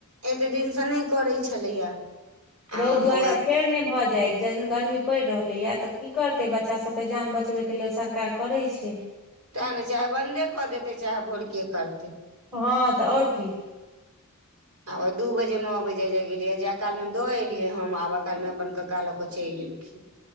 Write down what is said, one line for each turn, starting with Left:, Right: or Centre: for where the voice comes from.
Right: एतेक दिनसँ नहि करै छलैए आ
Centre: रौद दुआरे
Right: हुए
Centre: फेर नहि भऽ जेहन गर्मी पड़ि रहलैए तऽ की करतै बच्चाभके जान बचबैके लेल सरकार करै छै
Right: तेँ ने चाहे बन्दे कऽ देतै चाहे भोरके करतै
Centre: हँ तऽ आओर की
Right: आब दू बजे मे अबै जाय जाय गेलयै जाय काल में दऽ एलियै हम आबे काल मे अपन क का लऽ केऽ चलि ‌ऐलखिन